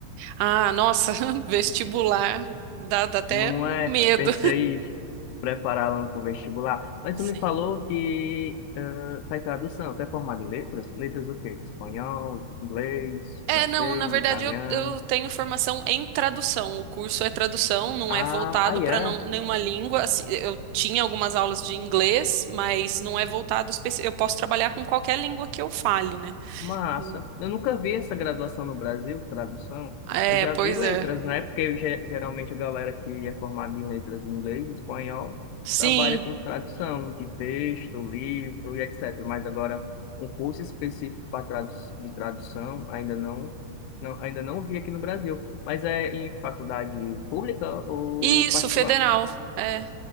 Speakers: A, on the right; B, on the left.
A: Ah, nossa, <laughs> vestibular dá, dá até
B: Não
A: um
B: é?
A: medo.
B: Pensei em prepará-la para o vestibular. Mas
A: <laughs> Sim.
B: tu me falou que eh, faz tradução, até formado em letras? Letras o quê? Espanhol, inglês,
A: É,
B: francês,
A: não, na verdade
B: italiano.
A: eu, eu tenho formação em tradução. O curso é tradução, não
B: Ah,
A: é voltado
B: aí
A: para
B: é.
A: nenhuma língua. Assim, Eu tinha algumas aulas de inglês, mas não é voltado especi... Eu posso trabalhar com qualquer língua que eu fale, né?
B: Massa.
A: Sim.
B: Eu nunca vi essa graduação no Brasil, tradução.
A: É,
B: Eu já
A: pois
B: vi letras,
A: é.
B: né? Porque eu, ge- geralmente a galera que é formada em letras em inglês, espanhol,
A: Sim,
B: trabalha com tradução de texto, livro e etc. Mas agora, um curso específico para tradu de tradução, ainda não, não, ainda não vi aqui no Brasil. Mas é em faculdade pública ou
A: isso,
B: particular?
A: federal. É.